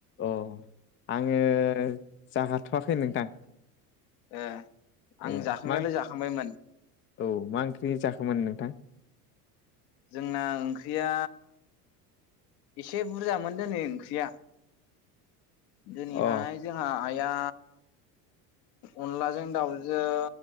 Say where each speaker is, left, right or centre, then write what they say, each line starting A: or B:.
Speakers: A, on the left (about 25°); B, on the left (about 55°).
A: अ आङो जागाथ'वाखै नोंथां।
B: ए आं
A: ए
B: जाखांनायालाय
A: मा
B: जाखांबायमोन
A: ओं औ मा ओंख्रि जाखोमोन नोंथां?
B: जोंना ओं ख्रिया एसे बुरजामोन दोनै ओंख्रिया दिनैहाय
A: अ
B: जोंहा आइ या अनलाजों दाउजों